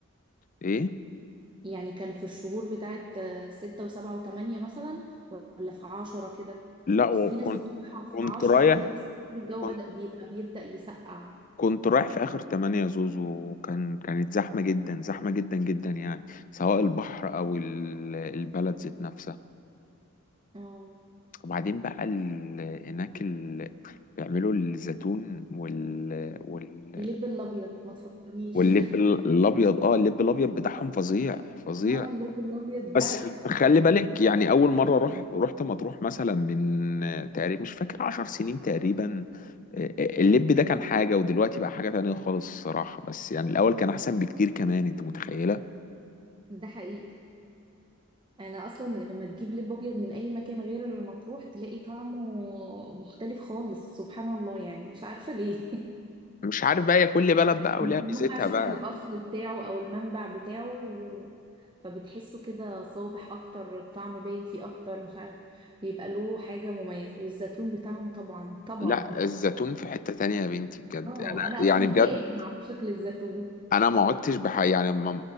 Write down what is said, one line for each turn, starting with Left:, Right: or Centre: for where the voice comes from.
Left: ايه
Right: يعني كان في الشهور بتاعت آه، ستة وسبعة وتمانية مثلا ولا في عشرة كده
Left: لا وكنت
Right: بس في ناس بتروح
Left: كنت
Right: في عشرة
Left: رايح
Right: كده بس الجو
Left: كنت
Right: بدأ بيبقى بيبدأ يسقع
Left: كنت رايح في اخر تمانية يا زوزو وكان كانت زحمة جدا زحمة جدا جدا يعني سواء البحر او ال- البلد ذات نفسها
Right: اه
Left: وبعدين بقى ال... هناك ال... بيعملوا الزيتون وال والقلع
Right: اللب الأبيض ما تفكرنيش
Left: واللب
Right: <laughs>
Left: ال- الابيض اه اللب الابيض بتاعهم فظيع فظيع
Right: اه اللب الأبيض ده
Left: بس خلي
Right: يعني
Left: بالك يعني اول مره اروح رحت مطروح مثلا من آه، تقريبا مش فاكر عشر سنين تقريبا آه، آه، اللب ده كان حاجه ودلوقتي بقى حاجه تانية خالص الصراحه بس يعني الاول كان احسن بكتير كمان انت متخيله
Right: ده حقيقي أنا أصلا لما تجيب لب أبيض من أي مكان غير مطروح تلاقي طعمه مختلف خالص سبحان الله يعني مش عارفة ليه <laughs>
Left: مش عارف بقى هي كل بلد بقى
Right: يمكن
Left: وليها ميزتها
Right: هم عشان
Left: بقى
Right: الأصل بتاعه أو المنبع بتاعه فبتحسه كده صابح أكتر الطعم باين فيه أكتر مش عارف بيبقى له حاجة مميزة والزيتون بتاعهم طبعا طبعا
Left: لا الزيتون في حتة تانية يا بنتي بجد
Right: اه
Left: انا
Right: أنا أصلا
Left: يعني بجد
Right: كائن عاشق للزيتون
Left: انا ما عدتش بح يعني ما